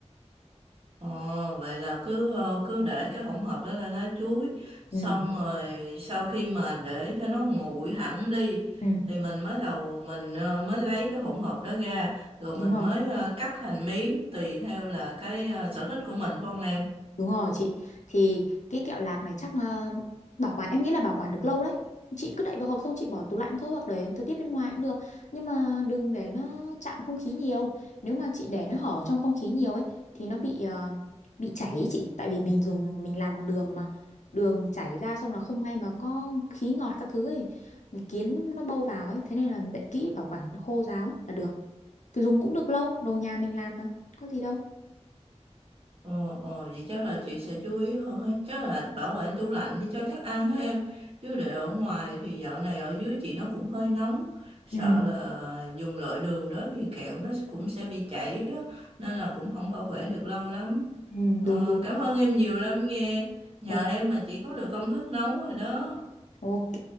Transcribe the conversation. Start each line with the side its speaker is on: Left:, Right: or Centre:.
Right: Ờ, vậy là cứ ờ, cứ để cái hỗn hợp đó lên lá chuối xong
Left: Ừ,
Right: rồi sau khi mà để cho nó nguội hẳn đi
Left: ừ,
Right: thì mình mới đầu mình ờ, mới lấy cái hỗn hợp đó ra rồi mình
Left: đúng rồi.
Right: mới ờ, cắt thành miếng tùy theo là cái ờ, sở thích của mình phải không em?
Left: Đúng rồi chị Thì cái kẹo lạc này chắc ờ, bảo quản Em nghĩ là bảo quản được lâu đấy Chị cứ đậy vào hộp xong chị bỏ tủ lạnh thôi Hoặc để thời tiết bên ngoài cũng được Nhưng mà đừng để nó chạm không khí nhiều Nếu mà chị để nó hở trong không khí nhiều ấy Thì nó bị ờ, bị chảy ấy chị Tại vì mình dùng mình làm bằng đường mà Đường chảy ra xong là không may mà có khí ngọt các thứ ấy Kiến nó bâu vào ấy Thế nên là đậy kỹ bảo quản khô ráo là được Thì dùng cũng được lâu Đồ nhà mình làm mà Có gì đâu
Right: Ờ, ờ, vậy chắc là chị sẽ chú ý hơn hết. Chắc là bảo quản tủ lạnh đi cho chắc ăn hết em. Chứ để ở ngoài thì dạo này ở dưới chị nó cũng hơi nóng. Sợ
Left: Ừ,
Right: là dùng loại đường đó thì kẹo nó cũng sẽ bị chảy á. Nên là cũng không bảo quản được lâu lắm.
Left: ừ,
Right: Ờ,
Left: đúng đúng
Right: cảm ơn em nhiều lắm nghe. Nhờ
Left: Ok
Right: em mà chị có được công thức nấu rồi đó.
Left: Ok,